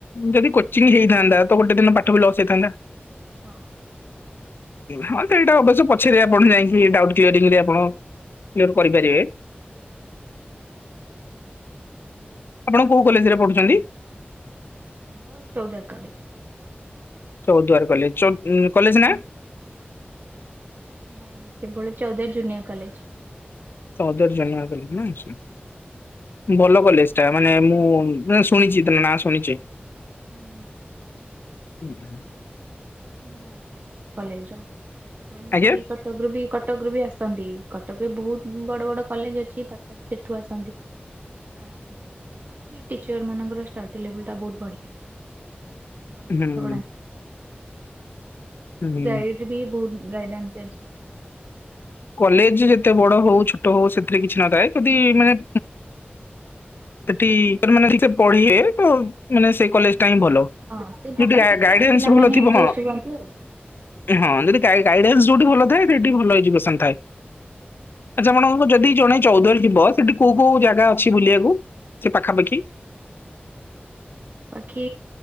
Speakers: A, on the left; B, on the right.
A: ଯଦି କୋଚିଂ ହେଇଥାନ୍ତା ତ ଗୋଟେ ଦିନ ପାଠ ବି ଲସ୍ ହେଇଥାନ୍ତା।
B: ହଁ।
A: ହଁ ସେଇଟା ଅବଶ୍ୟ ପଛରେ ଆପଣ ଯାଇକି ଡ଼ାଉଟ୍ କୟରିଂ ରେ ଆପଣ କ୍ଲିୟର
B: ହୁଁ
A: କରିପାରିବେ। ଆପଣ କୋଉ କଲେଜରେ ପଢ଼ୁଛନ୍ତି?
B: ଆମର ଚଉଦ୍ୱାର କଲେଜ୍।
A: ଚୌଦ୍ୱାର କଲେଜ ଚୋ ଉମ୍ କଲେଜ ନା?
B: ନାଇଁ କେବଳ ଚଉଦ ଜୁନିୟର କଲେଜ।
A: ଚଉଦ୍ୱାର ଜାନୁଆର କ ନା ଆଚ୍ଛା। ଭଲ କଲେଜଟା, ମାନେ ମୁଁ ଶୁଣିଛି ତ ନାଁ ଶୁଣିଛି।
B: ହୁଁ ହୁଁ।
A: ହୁଁ ହୁଁ।
B: ନା ଅଛି କଲେଜ ର ଏମିତି
A: ଆଜ୍ଞା
B: କି କଟକ ରୁ ବି କଟକ ରୁ ବି ଆସନ୍ତି, କଟକରେ ବହୁତ ବଡ ବଡ କଲେଜ ଅଛି ତ ତଥା ବିି ସେଠୁ ଆସନ୍ତି। ଆ ଏଠି ଟିଚର ମାନଙ୍କର ଷ୍ଟଡି ଲେବୁଲ ଟା ବୋହୁତ ବଢିଆ। ଭଲ
A: ହୁଁ
B: ପାଠ ପଢ଼ା
A: ହୁଁ।
B: ଗାଇଡ଼ ବି ବହୁତ ଗାଇଡାନ୍ସ ଅଛି।
A: କଲେଜ ଯେତେ ବଡ ହଉ ଛୋଟ ହଉ ସେଥିରେ କିଛି ନଥାଏ, ଯଦି ମାନେ ସେଠି ପଢିବେ ତ ମାନେ ସେ କଲେଜ ଟା ହିଁ ଭଲ।
B: ହଁ ସେ ପାଠ
A: ଯୋଉଠି
B: ଦେଖିକି
A: ଗାଇଡାନ୍ସ
B: ପିଲାମାନେ
A: ଭଲ ଥିବ
B: ଇଣ୍ଟରେଷ୍ଟ
A: ହଁ
B: ହୁଅନ୍ତି ଆଉ।
A: ହଁ ଯଦି ଗାଇଡେନ୍ସ ଯୋଉଠି ଭଲ ଥାଏ, ସେଠି ଭଲ ଏଜୁକସନ୍ ଥାଏ। ଆଚ୍ଛା ଆପଣଙ୍କ ଯଦି ଜଣେ ଚଉଦରେ ଯିବ ସେଠି କୋଉ କୋଉ ଜାଗା ଅଛି ବୁଲିବାକୁ ସେ ପାଖାପାଖି?
B: ପାଖାପାଖି